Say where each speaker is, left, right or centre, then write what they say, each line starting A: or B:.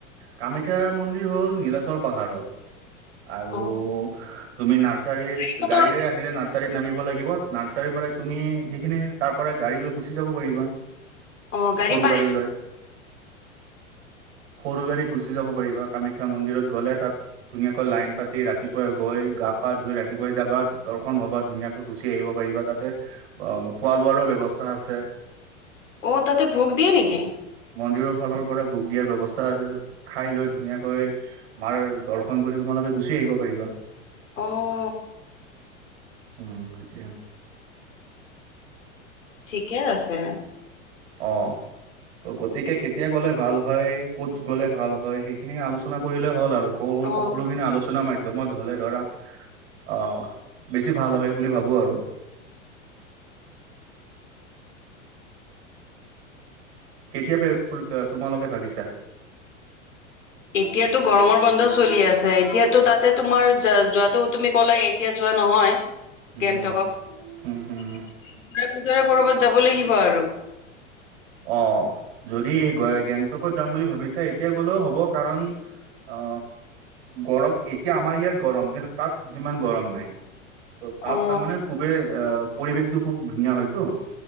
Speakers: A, on the right (about 50°); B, on the left (about 70°).
A: কামাখ্যা মন্দিৰ হ'ল নীলাচল পাহাৰত আৰু
B: অ
A: তুমি নাৰ্চাৰীৰ
B: সিহঁতৰ
A: গাড়ীৰে বাহিৰে নাৰ্চাৰিত নামিব লাগিব। নাৰ্চাৰীৰ পৰাই তুমি সেইখিনি তাৰ পৰাই গাড়ী লৈ গুচি যাব পাৰিবা।
B: অ গাড়ী
A: সৰু
B: পাৰেনে?
A: লৈ সৰু গাড়ীত গুচি যাব পাৰিবা কামাখ্যা মন্দিৰত গ'লে তাত ধুনীয়াকৈ লাইন পাতি ৰাতিপুৱাই গৈ গা পা ধুই ৰাতিপুৱাই যাবা দৰ্শন হ'বা ধুনীয়াক কৈ গুচি আহিব পাৰিবা। তাতে অ খোৱা লোৱাৰো ব্যৱস্থা আছে।
B: অ তাতে ভোগ দিয়ে নেকি?
A: মন্দিৰৰ ফালৰ পৰা ভোগ দিয়াৰ ব্যৱস্থ তা আছে য'ত খাই লৈ ধুনীয়াকৈ মাৰ দৰ্শন কৰি তোমালোকে গুচি আহিব পাৰিবা।
B: অ।
A: উম সেইটোৱে।
B: ঠিকে আছে।
A: অঁ। ত' গতিকে কেতিয়া গ'লে ভাল হয় ক'ত গ'লে ভাল হয় সেইখিনি আলোচনা কৰিলে হ'ল আৰু। সকল
B: অ
A: সকলোখিনি আলোচনাৰ মাধ্যমত হ'লে ধৰা অ, বেছি ভাল হয় বুলি ভাবোঁ আৰু। কেতিয়া পে তোমালোকে ভাবিছা?
B: এতিয়াতো গৰমৰ বন্ধ চলি আছে এতিয়াতো তাতে তোমাৰ যা যোৱাটো তুমি ক'লাই এ এতিয়া যোৱা নহয়।
A: উম
B: গেংটকত। গুজৰাট
A: হম হম
B: সুজৰত ক'ৰবাত যাব লাগিব আৰু।
A: অ, যদি গে গেংটকত যাম বুলি ভাবিছা এতিয়া গ'লেও হ'ব কাৰণ অ, গৰম এতিয়া আমাৰ ইয়াত গৰম কিন্তু তাত সিমান গৰম নাই। ত', তাত
B: অ
A: তাৰমানে খুবেই অ পৰিৱেশটো খুব ধুনীয়া হয়তো।